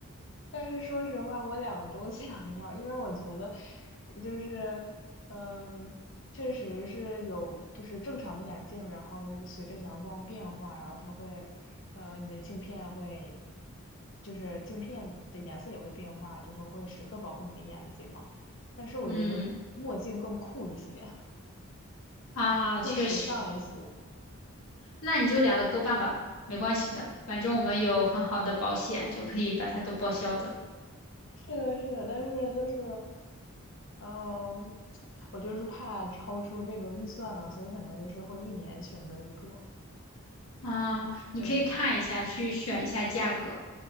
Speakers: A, on the left; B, on the left.
A: 但是说实话，我两个都 <laughs> 想要，因为我觉得，就是，嗯，确实是有，就是正常的眼镜，然后随着阳光变化，然后它会，呃，你的镜片会，就是镜片的颜色也会变化，就是会时刻保护你的眼睛嘛。但是我觉得墨镜更酷一些，
B: 嗯，啊，
A: <laughs> 更时尚一些。
B: 确实，那你就两个都办吧，没关系的，反正我们有很好的保险，就可以把它都报销的。
A: 是的，是的，但是就是。呃，我就是怕超出这个预算嘛，所以可能就是会一年选择一个，
B: 啊，你可以看一下，
A: 就是
B: 去选一下价格。